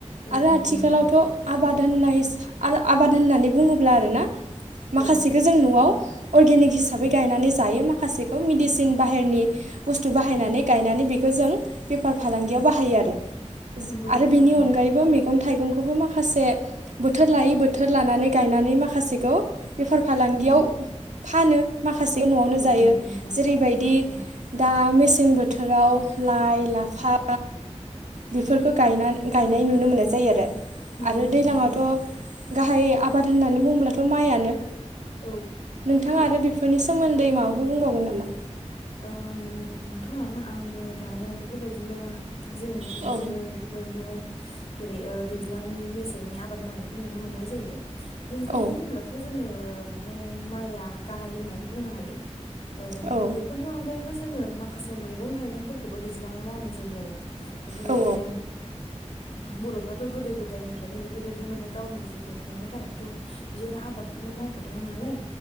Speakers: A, on the left; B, on the right.
A: औ
B: आरो
A: नंगौ
B: आथिखालावथ'
A: नोंथां
B: आबाद होननाय आबाद होननानै बुङोब्ला आरोना माखासेखौ
A: औ
B: जों न'आव अर्गेनिक हिसाबै गायनानै जायो माखासेखौ मेडिसिन बाहेरनि बुस्थु बाहायनानै गायनानै बेखौ जों बेफार फालांगियाव बाहायो आरो।
A: नंगौ नोंथां
B: आरो बेनि
A: नंगौ
B: अनगायैबो मैगं थाइगंखौबो माखासे बोथोर लायै बोथोर लानानै गायनानै माखासेखौ बेफार फाला गियाव फानो माखासे न'आवनो
A: औ
B: जायो
A: नंगौ नोंथां
B: जेरैबादि
A: औ
B: दा मेस सें बोथोराव लाइ लाफा, बेफोरखौ गायना गायनाय नुनो मोननाय जायो आरो।
A: नंगौ
B: आरो
A: नोंथां
B: दैज्लाङावथ'
A: नगौ।
B: गाहाय आबाद होननानै बुंब्लाथ' माइयानो।
A: औ।
B: नोंथां आरो बेफोरनि सोमोन्दै माबाफोर बुंबावगोन नामा?
A: ओ नोंथां आं बुंनो थाङो बेफोरबायदिनो जोंनिथिंजायबो
B: औ
A: बेफोरबायदिनो जेरै ओ दैज्लांनि मेसेंनि आबाद मावनायखौ नुनो मोननाय जायो। दैज्लांनि
B: औ
A: होनब्लाथ' जोङो माने माइआ गाहाय होननानै बुंनो हायो। ओ
B: औ
A: बेफोरनि अनगायैबो जोङो माखासे मैगं थाइगंफोरखौबो दैज्लाङाव मावनाय जायो आरो। बेफोरबायदिनो
B: औ
A: बर'फ्राथ' गोदो गो दायनिफ्रायनो बेफोरबायदिनो माने गावनि जिउखौ खुंनो थाखायथ' बिसोरो आबादखौनो मावखादोंमोन नालाय।